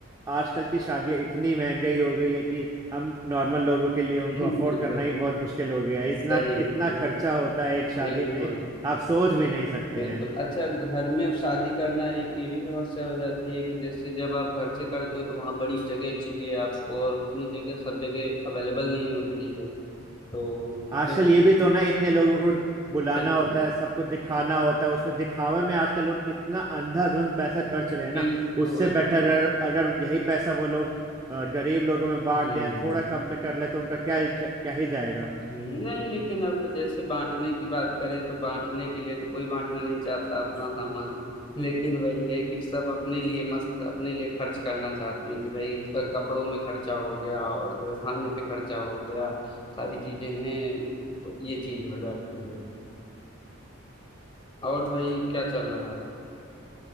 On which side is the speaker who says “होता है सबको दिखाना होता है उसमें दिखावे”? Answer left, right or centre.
Right